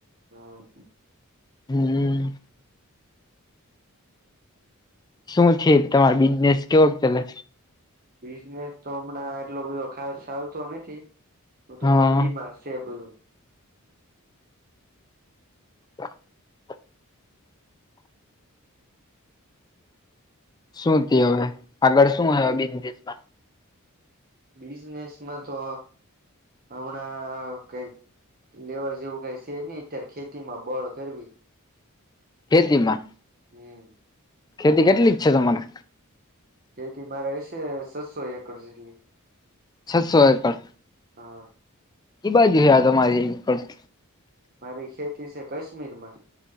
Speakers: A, on the right (about 40°); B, on the left (about 20°).
A: હા.
B: હમ્મ. શું છે? તમારો બિઝનેસ કેવો ચાલે?
A: બિઝનેસ તો હમણાં એટલો બધો ખાસ સાલતો નથી. બધું
B: હા
A: મંદી માં શે બધું.
B: <inaudible> શું ત્યુ હવે? આગળ શું હ બિજનેશમાં
A: બિઝનેસમાં તો, હમણાં કઈ, લેવા જેવું કઈ સે ની અત્યારે ખેતી માં બળ કરવી.
B: ખેતીમાં..
A: હમ્મ
B: ખેતી કેટલી ક છે તમારે?
A: ખેતી મારે હશે સસો એકર જેટલી.
B: છસો એકડ,
A: હા
B: કી બાજુ હે તમારી ખત
A: મારી ખેતી છે કાશ્મીર માં